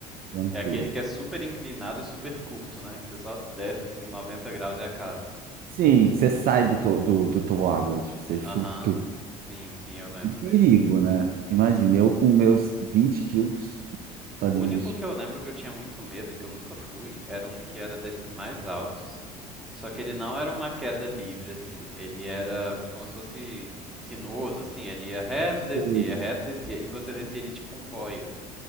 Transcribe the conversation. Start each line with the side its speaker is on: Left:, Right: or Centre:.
Right: aventura.
Centre: É aquele que é super inclinado e super curto, né? Que você só desce assim 90 graus e acaba.
Right: Sim, você sai do, to- do, do toboágua, tipo, você flutua.
Centre: Aham. Sim, sim, eu lembro
Right: Um perigo,
Centre: desse.
Right: né? Imagina, eu com meus 20 quilos fazendo
Centre: O único
Right: esse
Centre: que
Right: tipo
Centre: eu lembro que eu tinha muito medo e que eu nunca fui era um que era desses mais altos, só que ele não era uma queda livre, assim. Ele era como se fosse sinuoso, assim. Ele ia reto, descia,
Right: de... coisa.
Centre: ia reto, descia. E você descia ele de com boia.